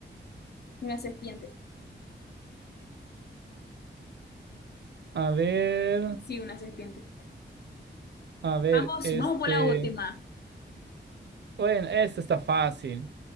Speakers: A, on the left; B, on the right.
A: Una serpiente.
B: A ver,
A: Sí, una serpiente.
B: a ver,
A: Vamos,
B: este.
A: vamos por la última.
B: Bueno, esta está fácil.